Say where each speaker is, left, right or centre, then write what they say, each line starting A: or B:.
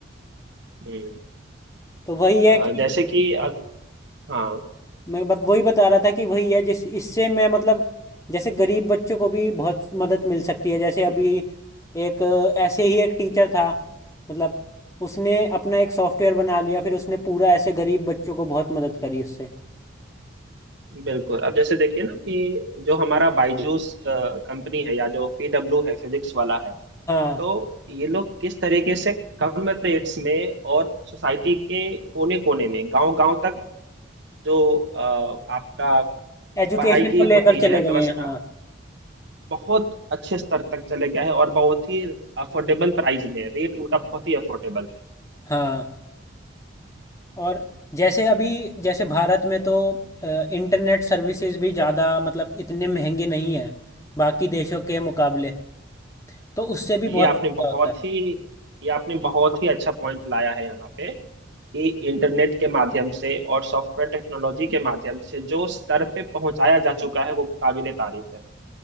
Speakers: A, on the right; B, on the left.
A: हम्म।
B: तो वही है
A: अ,
B: कि
A: जैसे कि अ, हाँ
B: मैं बत वही बता रहा था कि वही है जिस इससे मैं मतलब जैसे गरीब बच्चों को भी बहुत मदद मिल सकती है जैसे अभी एक अ, ऐसे ही एक टीचर था मतलब उसने अपना एक सॉफ्टवेयर बना लिया फिर उसने पूरा ऐसे गरीब बच्चों को बहुत मदद करी उससे
A: बिल्कुल अब जैसे देखिए ना कि जो हमारा बायजूस कंपनी है या जो पीडब्ल्यू है फिजिक्स वाला है
B: हाँ
A: तो ये लोग किस तरीके से कम रेट्स में और सोसाइटी के कोने कोने में गांव गांव तक जो अ, आपका
B: एजुकेशन
A: पढ़ाई की
B: को लेकर
A: होती है
B: चले
A: व्यवस्था
B: गए हैं हाँ
A: बहुत अच्छे स्तर तक चले गया है और बहुत ही अफोर्डेबल प्राइस में रेट उनका बहुत ही अफोर्डेबल है
B: हाँ और जैसे अभी जैसे भारत में तो इंटरनेट सर्विसेज भी ज़्यादा मतलब इतने महंगे नहीं है बाकी देशों के मुकाबले तो उससे भी
A: ये
B: बहुत
A: आपने
B: फायदा
A: बहुत
B: होता है
A: ही ये आपने बहुत ही अच्छा पॉइंट लाया है यहाँ पे कि इंटरनेट के माध्यम से और सॉफ्टवेयर टेक्नोलॉजी के माध्यम से जो स्तर पे पहुंचाया जा चुका है वो काबिले तारीफ है